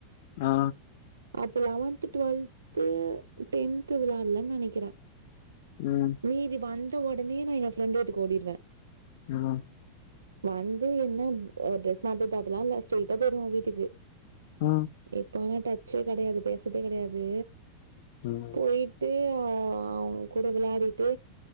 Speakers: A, on the left; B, on the right.
A: நா
B: அப்போ லெவன்த்து டுவெல்த்து டென்த்து விளையாட்லன்னு நெனைக்கிறே
A: ம்
B: வீதி வந்த ஒடனே நா எங்க ஃப்ரெண்ட் வீட்டுக்கு ஓடிருவே
A: நா
B: வந்து என்ன அ ட்ரெஸ் மாத்துறது அதெல்லா இல்ல ஸ்ட்ரைட்டா போயிடுவே வீட்டுக்கு
A: அ
B: இப்போ ஆனா டச்சே கெடையாது பேசதே கெடையாது
A: <unintelligible>
B: போய்ட்டு அ அவ்ங்க கூட விளயாடிட்டு